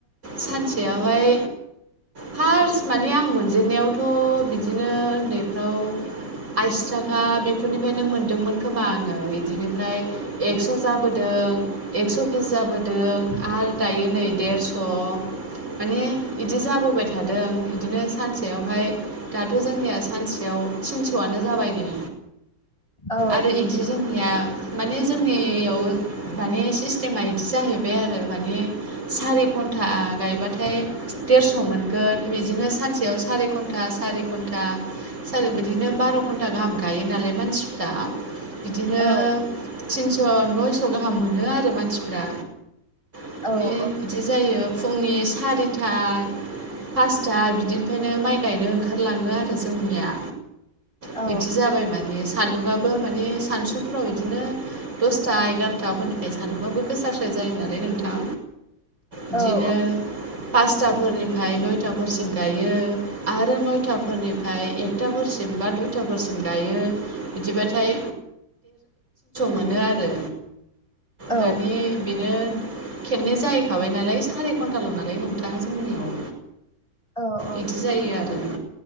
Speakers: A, on the right; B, on the left.
A: सानसेयावहाय फार्स्ट माने आं मोनजेनन्नायावथ' बिदिनो उन्दैफ्राव आसि थाखा बेफोरनिफ्रायनो मोनदोंमोन खोमा आङो बिदिनिफ्राय एक्स' जाबोदों एक्स' बिस जाबोदों आरो दायो नै देरस' माने बिदि जाबोबाय थादों बिदिनो सानसेयावहाय दाथ' जोंनिया सानसेयाव थिनस'आनो जाबायनो।
B: औ
A: आरो बिदि जोंनिया माने जोंनियाव माने सिस्टेमा बिदि जाहैबाय आरो माने सारि घन्टा गायबाथाय देरस' मोनगोन बिदिनो सानसेयाव सारि घन्टा सारि घन्टा आरो बिदिनो बार' घन्टा गाहाम गायो नालाय मानसिफ्रा। बिदिनो
B: औ
A: थिनस' नयस' गाहाम मोनो आरो मानसिफ्रा। माने
B: औ औ।
A: बिदि जायो फुंनि सारिथा पासथा बिदिनिफ्रायनो माइ गायनो ओंखारलाङो आरो जोंनिया। बिदि
B: औ
A: जाबाय माने सान्दुंङआो माने सानसुफोराव बिदिनो दसथा एगार'थाफोरनिफ्राय सानबाबो गोसाारस्राय जायो नालाय नोंथां बिदिनो
B: औ
A: पासथाफोरनिफ्राय नयथाफोरसिम गायो। आरो नयथाफोरनिफ्राय एकथाफोरसिम बा दुइथाफोरसिम गायो। बिदिबाथाय मोनो आरो।
B: औ
A: दानि बेनो खेबनै जाहैखाबाय ना लाय साराय घन्टाल' नालाय नोथां जोंनियाव।
B: औ अ
A: बिदि जायो आरो।